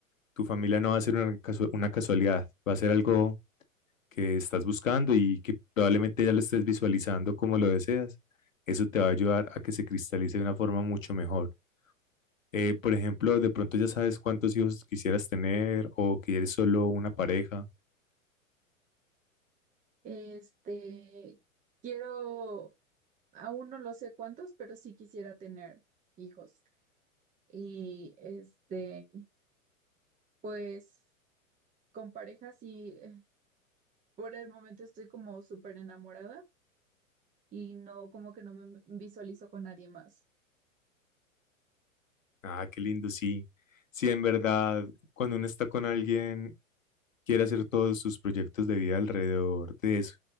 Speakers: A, on the left; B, on the right.
A: tu familia no va a ser una, casu- una casualidad, va a ser algo que estás buscando y que probablemente ya lo estés visualizando como lo deseas, eso te va a ayudar a que se cristalice de una forma mucho mejor. Eh, por ejemplo, de pronto ya sabes cuántos hijos quisieras tener o que eres solo una pareja.
B: Este, quiero, aún no lo sé cuántos, pero sí quisiera tener hijos. Y este, pues con pareja sí, eh, por el momento estoy como súper enamorada y no, como que no me visualizo con nadie más.
A: Ah, qué lindo, sí. Sí, en verdad, cuando uno está con alguien, quiere hacer todos sus proyectos de vida alrededor de eso.